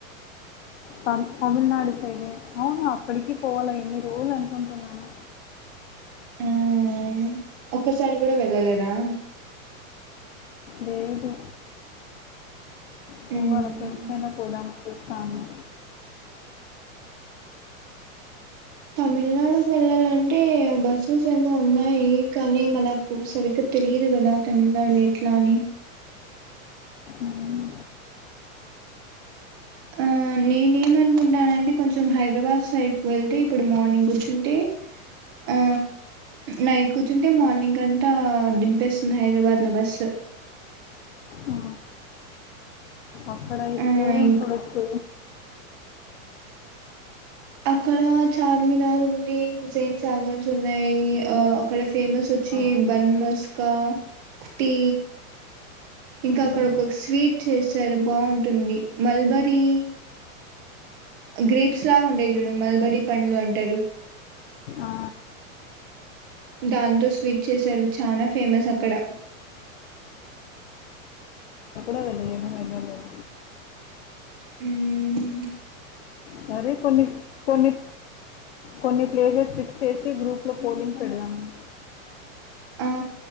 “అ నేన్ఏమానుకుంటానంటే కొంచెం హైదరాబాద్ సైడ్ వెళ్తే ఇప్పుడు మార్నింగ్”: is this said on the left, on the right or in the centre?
Right